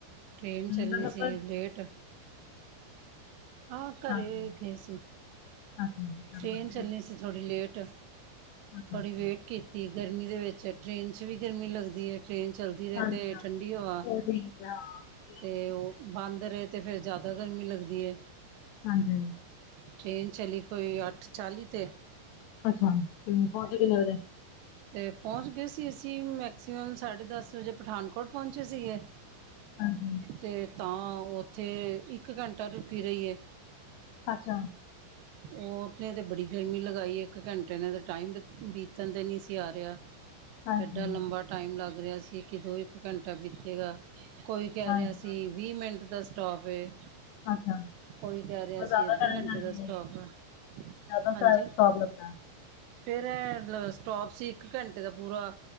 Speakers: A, on the right; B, on the left.
A: ਟ੍ਰੇਨ ਚੱਲਣੀ
B: ਦਾ
A: ਸੀ
B: ਸਫ਼ਰ
A: ਲੇਟ। ਹਾਂ ਘਰੇ
B: ਹਾਂਜੀ
A: ਗਏ ਸੀ,
B: ਅੱਛਾ ਜੀ, ਚਲੋ
A: ਟ੍ਰੇਨ
B: ਵਧੀਆ
A: ਚੱਲਣੀ ਸੀ। ਤੇ ਥੋੜੀ ਲੇਟ,
B: ਅੱਛਾ
A: ਥੋੜੀ
B: ਅੱਛਾ
A: ਵੇਟ ਕੀਤੀ ਤੇ ਗਰਮੀ ਦੇ ਵਿੱਚ ਟ੍ਰੇਨ 'ਚ' ਵੀ ਲੱਗਦੀ ਐ, ਟ੍ਰੇਨ ਚੱਲਦੀ ਧੀਰੇ
B: ਹਾਂਜੀ
A: ਤੇ
B: ਹਾਂ
A: ਠੰਡੀ ਹਵਾ।
B: ਹੋਰ ਠੀਕ ਆ ਹਾਂ
A: ਤੇ ਉਹ ਬੰਦ ਰਹੇ ਤੇ ਫਿਰ ਜ਼ਿਆਦਾ ਗਰਮੀ ਲੱਗਦੀ ਐ।
B: ਹਾਂਜੀ-ਹਾਂਜੀ।
A: ਟ੍ਰੇਨ ਚਲੀ ਕੋਈ ਅੱਠ ਚਾਲ੍ਹੀ 'ਤੇ
B: ਅੱਛਾ, ਤੇ ਪਹੁੰਚੀ ਕਿੰਨੇ ਵਜੇ।
A: ਤੇ ਪਹੁੰਚ ਗਏ ਸੀ ਅਸੀਂ ਮੈਕਸੀਮਮ, ਸਾਢੇ ਦੱਸ ਵਜੇ ਪਠਾਨਕੋਟ ਪਹੁੰਚੇ ਸੀਗੇ
B: ਹਾਂਜੀ।
A: ਤੇ ਤਾਂ, ਉੱਥੇ, ਇੱਕ ਘੰਟਾ ਰੁਕੀ ਰਹੀਏ।
B: ਅੱਛਾ।
A: ਉਹਨੇ ਤੇ ਬੜੀ ਗਰਮੀ ਲਗਾਈ, ਇੱਕ ਘੰਟੇ ਨੇ ਤੇ ਟਾਈਮ ਬੀਤਣ ਤੇ ਨਹੀਂ ਸੀ ਆ ਰਿਹਾ।
B: ਹਾਂਜੀ
A: ਐਡਾ ਲੰਬਾ ਟਾਈਮ ਲੱਗ ਰਿਹਾ ਸੀ ਕਿ ਦੋ, ਇੱਕ ਘੰਟਾ ਬੀਤੇਗਾ ਕੋਈ ਕਹਿ
B: ਹਾਂਜੀ
A: ਰਿਹਾ ਸੀ, ਵੀਹ ਮਿੰਟ ਦਾ ਸਟੋਪਏ
B: ਅੱਛਾ
A: ਕੋਈ ਕਹਿ ਰਿਹਾ
B: ਉਹ
A: ਅਸੀਂ,
B: ਜ਼ਿਆਦਾ
A: ਅੱਧੇ
B: ਟਾਈਮ
A: ਘੰਟੇ
B: ਲੈਂਦੀ
A: ਦਾ ਸ
B: ਹੈ
A: ਟੋਪ ਏ,
B: ਜ਼ਿਆਦਾ
A: ਹਾਂਜੀ।
B: ਟਾਈਮ ਸਟਾਪ ਲੱਗਦਾ
A: ਫਿਰ ਐ ਸਟੋਪ ਸੀ ਮਤਲਬ ਇੱਕ ਘੰਟੇ ਦਾ ਪੂਰਾ।